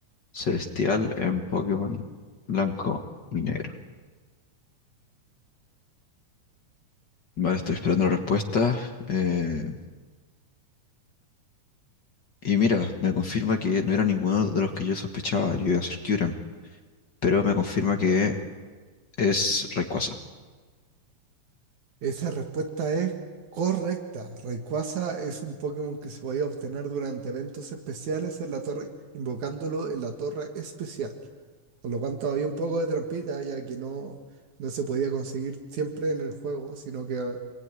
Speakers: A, on the left; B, on the right.
A: celestial en Pokémon blanco y negro? Vale, estoy esperando la respuesta. eh, y mira, me confirma que no era ninguno de los que yo sospechaba. Yo iba a decir Kyurem, pero me confirma que es Rayquaza.
B: Esa respuesta es correcta. Rayquaza es un Pokémon que se podía obtener durante eventos especiales en la torre, invocándolo en la torre especial. Por lo cual todavía un poco de trampita, ya que no, no se podía conseguir siempre en el juego, sino que eh,